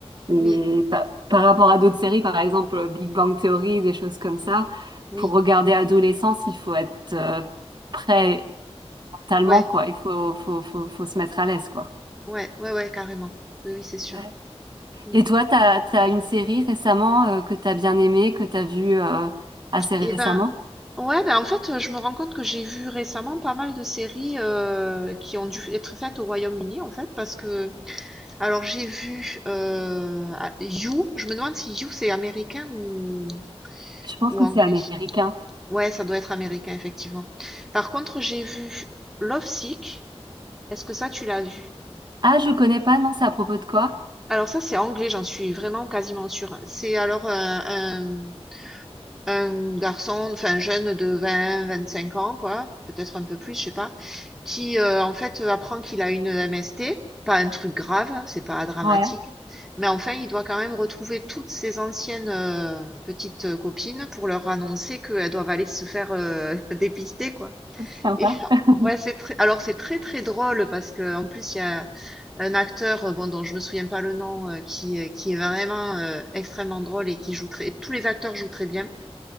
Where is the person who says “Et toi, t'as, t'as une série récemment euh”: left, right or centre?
Right